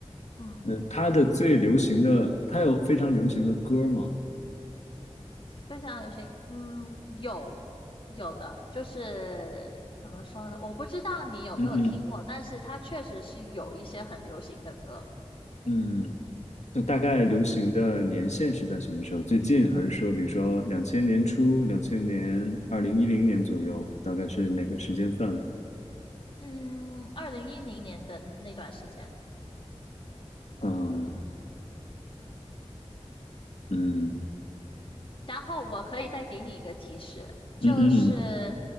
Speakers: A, on the left; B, on the left.
A: 嗯。
B: 呃，他的最流行的，他有非常流行的歌吗？
A: 非常流行，嗯，有有的，就是怎么说呢？我不知道你有没有听过，
B: 嗯嗯
A: 但是它确实是有一些很流行的歌。
B: 嗯，那大概流行的年限是在什么时候？最近还是说，比如说两千年初、两千年、二零一零年左右，大概是哪个时间范围？
A: 嗯，二零一零年的那段时间，
B: 啊，嗯
A: 然后我可以再给你一个提示，就是
B: 嗯嗯嗯